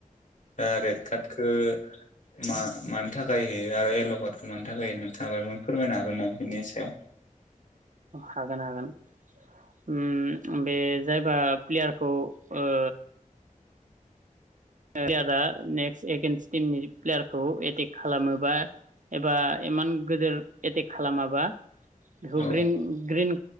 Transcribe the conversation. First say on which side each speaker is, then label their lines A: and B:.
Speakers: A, on the left; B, on the right.
A: दा रेड कार्डखो मा मान नि थाखाय होयो आरो एल'कार्डखौ मानि थाखाय होयो नोंथाङा बाहाय फोरमायनो हागोन नामा बेनि सायाव?
B: हागोन हागोन उम बे जायबा प्लेयारखौ ओ प्लेयारा नेक्स्ट एगेन्स्ट टिमनि प्लेयारखौ एटेक खालामोबा एबा इमान गोदोर एटेक खालामाबा बेखौ
A: औ
B: ग्रिन ग्रिन